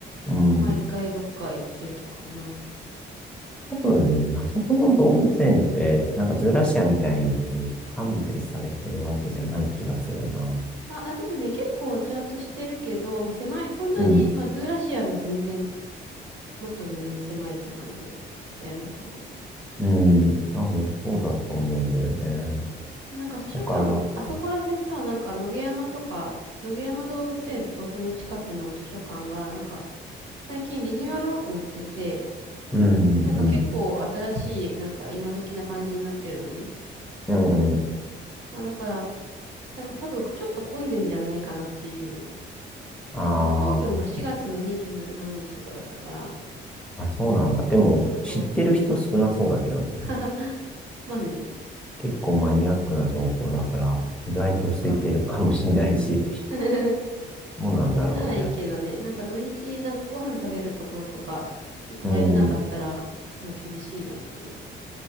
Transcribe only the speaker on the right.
まあ一回どっか行ってとかかな。
あ、あ、でもね、結構ちゃんとしてるけど、まあ、狭い、そんなに、
まあ、ズーラシアの全然、もっと全然狭いって感じだよね、多分。
なんか図書館、
あそこら辺さ、なんか野毛山とか、野毛山動物園とその近くの図書館が、なんか最近リニューアルオープンしてて、
なんか結構新しい、なんか今時な感じになってるのね。
まあだから、なんか多分ちょっと混んでんじゃないかなっていう。であの、
オープンが4月の2十何日とかだったから、
そうそ
う。<laughs> まあね。
そっかそっか。<laughs>
まあそれならいいけどね、なんか土日なんかご飯食べるところとか、ちょっと入れなかったら、
まあ厳しいなっていう。